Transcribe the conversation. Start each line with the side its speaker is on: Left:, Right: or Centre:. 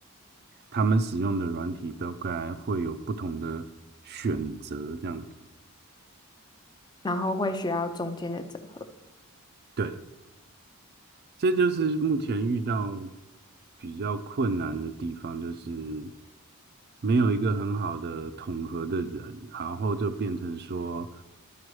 Right: 他们使用的软体大概会有不同的选择，这样子。
Left: 然后会需要中间的整合？
Right: 对。这就是目前遇到比较困难的地方，就是没有一个很好的统合的人，然后就变成说，